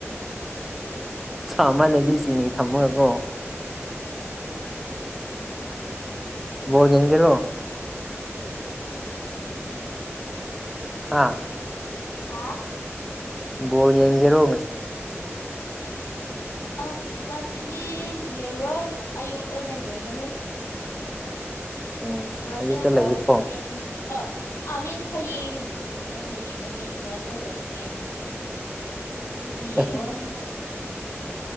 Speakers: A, in the centre; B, on the left (about 80°).
A: ꯆꯃꯟꯂꯗꯤ ꯆꯤꯅꯤ ꯊꯝꯃꯒꯀꯣ ꯕꯣꯜ ꯌꯦꯡꯒꯦꯔꯣ꯫ ꯑꯥ
B: ꯍꯥ
A: ꯕꯣꯜ ꯌꯦꯡꯒꯔꯣ
B: ꯑꯁ ꯗꯁꯤꯗꯤ ꯌꯦꯡꯔꯣꯏ ꯑꯌꯨꯛ ꯑꯣꯏꯅ ꯌꯦꯡꯒꯅꯤ꯫
A: ꯎꯝ
B: ꯕ꯭ꯔꯖꯤꯜꯒ
A: ꯑꯌꯨꯛꯇ ꯂꯩꯌꯦꯀꯣ
B: ꯁꯄꯦꯟ ꯑ ꯑꯥ ꯃꯤꯟ ꯍꯌꯦꯡ ꯑꯣꯏꯅ ꯌꯦꯡꯒꯅꯤ ꯕ꯭ꯔꯥꯖꯤꯜꯒ ꯏꯁꯄꯦꯟꯒꯤ꯫ ꯉꯁꯤꯒꯤꯗꯤ ꯌꯦꯡꯉꯔꯣꯏ꯫
A: ꯑꯦ